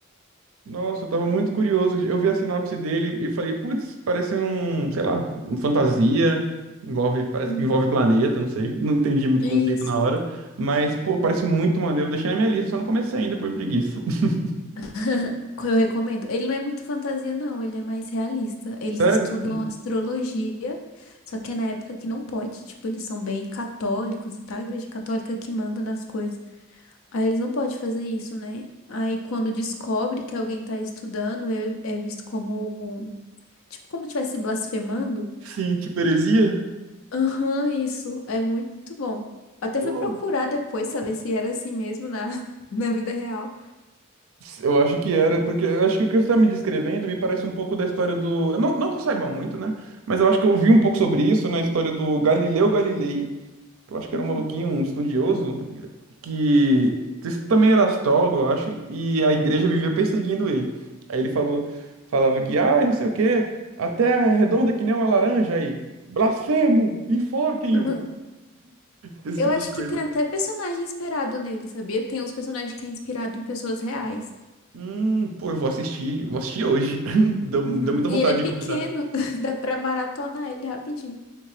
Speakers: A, on the right; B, on the left.
A: Nossa, eu tava muito curioso. Eu vi a sinopse dele e falei, putz, parece um, sei lá, um fantasia. Envolve, parece
B: Uhum.
A: que envolve planeta, não sei. Não entendi muito o
B: Isso.
A: conceito na hora. Mas, pô, parece muito maneiro. Deixei na minha lista, só não comecei ainda por preguiça. <laughs>
B: <laughs> Eu recomendo. Ele não é muito fantasia, não. Ele é mais realista. Eles
A: Sério?
B: estudam astrologia, só que é na época que não pode. Tipo, eles são bem católicos e tal. A igreja católica que manda nas coisas. Aí eles não podem fazer isso, né? Aí quando descobre que alguém tá estudando, é, é visto como, tipo, como tivesse blasfemando.
A: Sim, tipo heresia?
B: Aham, isso. É muito bom. Até
A: Pô,
B: fui procurar depois saber se era assim mesmo na, <laughs> na vida real.
A: eu acho que era, porque eu acho que o que você tá me descrevendo me parece um pouco da história do. Não, não que eu saiba muito, né? Mas eu acho que eu ouvi um pouco sobre isso na história do Galileu Galilei. que Eu acho que
B: Uhum.
A: era um maluquinho, um estudioso. que isso também era astrólogo, eu acho, e a igreja vivia perseguindo ele. Aí ele falou, falava que, ai, não sei o quê, a terra é redonda que nem uma laranja aí. Blasfemo, enforquem-o,
B: Aham.
A: esse
B: Eu
A: tipo
B: acho
A: de coisa.
B: que tem até personagem inspirado nele, sabia? Tem uns personagens que é inspirado em pessoas reais.
A: Hum, pô, eu vou assistir, vou assistir hoje. <laughs> Deu,
B: Uhum.
A: deu muita
B: E
A: vontade
B: ele é pequeno,
A: de comentar.
B: <laughs> dá pra maratonar ele rapidinho.